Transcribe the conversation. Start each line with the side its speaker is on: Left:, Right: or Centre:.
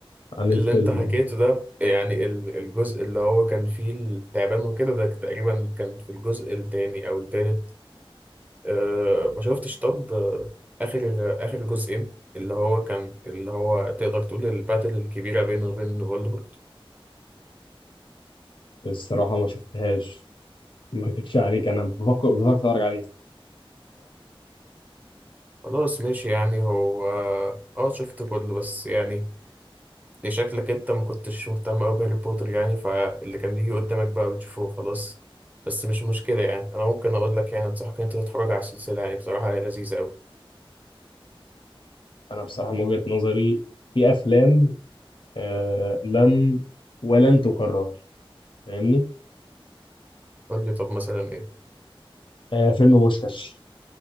Left: عن الفيلم
Right: اللي انت حكيته
Left: آه،
Right: ده يعني ال- الجزء اللي هو كان فيه التعبان وكده ده تقريبا كان في الجزء التاني او التالت اه ما شفتش طب آه، اخر اخر جزئين اللي هو كان اللي هو تقدر تقول الباتل الكبيرة بينه وبين فولدمورت
Left: الصراحه ما شفتهاش ما اكدبش عليك انا بفكر بفكر اتفرج عليها
Right: خلاص ماشي يعني هو اه شفت كله بس يعني دي شكلك انت ما كنتش مهتم قوي بهاري بوتر يعني فاللي كان بيجي قدامك بقى بتشوفه خلاص بس مش مشكلة يعني انا ممكن اقول لك يعني انصحك ان انت تتفرج على السلسلة يعني بصراحة هي لذيذة قوي
Left: انا بصراحه من وجهه نظري في افلام آه لم ولن تكرر فاهمني
Right: قول لي طب مثلا ايه
Left: آه فيلم بوشكاش